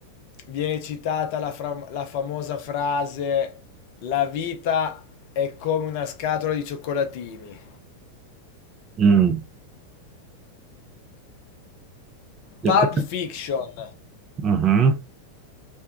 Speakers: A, on the left (about 45°); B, on the right (about 30°).
A: viene citata la, fra- la famosa frase La vita è come una scatola di cioccolatini?
B: mm.
A: Pulp
B: E come-
A: Fiction,
B: Mhm.